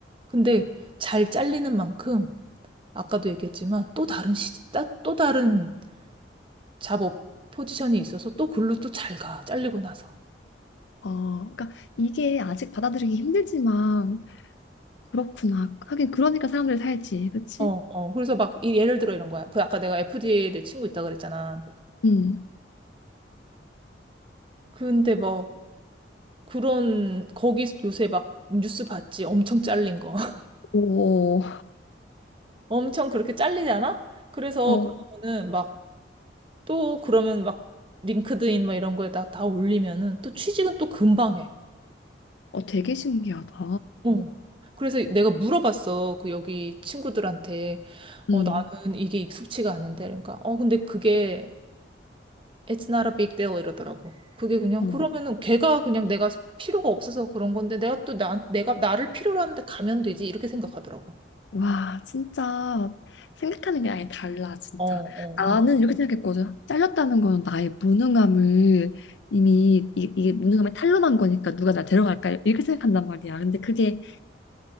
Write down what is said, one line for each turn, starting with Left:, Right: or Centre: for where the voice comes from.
Right: 근데 잘 잘리는 만큼, 아까도 얘기했지만 또 다른 시, 따- 또 다른 잡업 포지션이 있어서 또 글로 또 잘 가. 잘리고 나서.
Left: 아, 그러니까 이게 아직 받아들이기 힘들지만 그렇구나. 하긴 그러니까 사람들이 살지, 그렇지?
Right: 어, 어. 그래서 막 이- 예를 들어 이런 거야. 그 아까 내가 FDA 내 친구 있다 그랬잖아.
Left: 음.
Right: 근데 뭐 그런 거기 요새 막 뉴스 봤지 엄청 잘린 거 <laughs>
Left: 오,
Right: 엄청 그렇게 잘리잖아 그래서
Left: 어,
Right: 그러면은 막 또 그러면 막 링크드인 막 이런 거에다 다 올리면은 또 취직은 또 금방 해
Left: 어, 되게 신기하다.
Right: 어. 그래서 내가 물어봤어 그 여기 친구들한테 어
Left: 음.
Right: 나는 이게 익숙치가 않은데 그러니까 어 근데 그게 It's not a big deal 이러더라고 그게 그냥
Left: 어.
Right: 그러면은 걔가 그냥 내가 필요가 없어서 그런 건데 내가 또 나, 내가 나를 필요로 하는데 가면 되지 이렇게 생각하더라고.
Left: 와, 진짜 생각하는 게 아예 달라, 진짜.
Right: 어, 어.
Left: 나는 이렇게 생각했거든. 잘렸다는 건 나의 무능함을 이미 이, 이 무능함을 탄로난 거니까 누가 나 데려갈까 이렇게 생각한단 말이야. 근데 그게